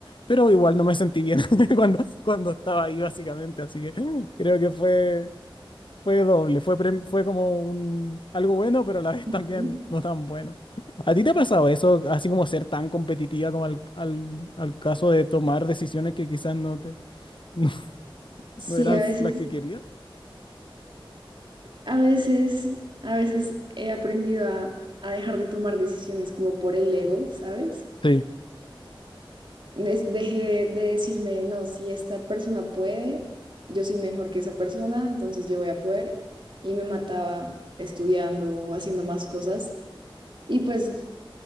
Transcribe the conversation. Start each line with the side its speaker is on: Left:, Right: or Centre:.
Left: Pero igual no me sentí bien <laughs> cuando, cuando estaba ahí, básicamente. Así que creo que fue, fue doble. Fue, prem- fue como un, algo bueno, pero a la vez
Right: Ujú.
Left: también no tan bueno. ¿A ti te ha pasado eso, así como ser tan competitiva como al, al, al caso de tomar decisiones que quizás no te, <laughs> no,
Right: Sí,
Left: no eran
Right: a veces,
Left: las que querías?
Right: a veces, a veces he aprendido a, a dejar de tomar decisiones como por el ego, ¿sabes?
Left: Sí,
Right: es- deje de decirme, no, si esta persona puede, yo soy mejor que esa persona, entonces yo voy a poder. Y me mataba estudiando, haciendo más cosas. Y pues